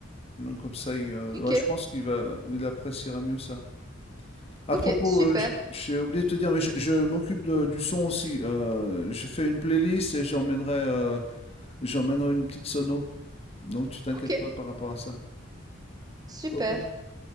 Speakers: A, on the left (about 30°); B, on the right (about 20°).
A: Donc, Comme ça, il, euh,
B: OK,
A: ouais, je pense qu'il va, il appréciera mieux ça. À
B: OK,
A: propos,
B: super,
A: heu, j j'ai oublié de te dire, mais je je m'occupe de du son aussi, heu, je fais une playlist et j'emmènerai, heu, j'emmènerai une petite sono. Donc tu t'inquiètes
B: OK,
A: pas par rapport à ça.
B: super.
A: OK.